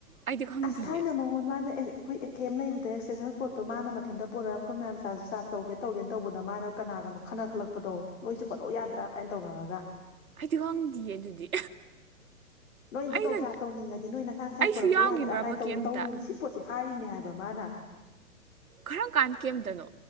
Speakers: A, on the right; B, on the left.
A: ꯑꯩꯗꯤ ꯈꯪꯗꯤꯌꯦ
B: ꯑꯁ ꯊꯥꯏꯅ ꯃꯉꯣꯟ ꯃꯥꯅ ꯑꯩꯈꯣꯏ ꯑꯦ ꯀꯦꯝ ꯑꯦꯝ ꯂꯩꯕꯗ ꯑꯦꯛꯁꯇꯦꯁꯟ ꯄꯣꯠꯇꯣ ꯃꯥꯅ ꯃꯊꯟꯇ ꯄꯨꯔꯛꯒ ꯑꯩꯈꯣꯏ ꯃꯌꯥꯝ ꯆꯥ ꯆꯥꯔꯖ ꯇꯧꯒꯦ ꯇꯧꯒꯦꯅ ꯇꯧꯕꯗ ꯃꯥꯅ ꯀꯅꯥ ꯀꯅꯣ ꯈꯟꯅ ꯈꯠꯂꯛꯄꯗꯣꯣꯏ ꯆꯨꯞꯄꯂꯣꯛ ꯌꯥꯗ꯭ꯔꯥ ꯀꯥꯏꯅ ꯇꯧꯅꯔꯒ
A: ꯍꯥꯏꯗꯤ ꯋꯥꯪꯗꯌꯦ ꯑꯗꯨꯗꯤ
B: ꯅꯣꯏꯅꯁꯨ
A: ꯑꯩꯒ
B: ꯇꯧ ꯆꯥꯥꯁ ꯇꯧꯅꯤꯡꯉꯗꯤ ꯅꯣꯏ ꯅꯁꯥ ꯅꯁꯥꯏ
A: ꯑꯩꯁꯨ
B: ꯄꯨꯔꯣꯔꯛꯄ
A: ꯌꯥꯎꯈꯤꯕ꯭ꯔꯕ
B: ꯌꯥꯗ꯭ꯔꯥ ꯀꯥꯏꯅꯧ
A: ꯀꯦꯝꯇ
B: ꯇꯧꯔꯤꯅꯤ ꯁꯤ ꯄꯣꯠꯁꯦ ꯍꯥꯏꯅꯦ ꯍꯥꯏꯕ ꯃꯥꯅ
A: ꯀꯔꯝ ꯀꯥꯟ ꯀꯦꯝꯇꯅꯣ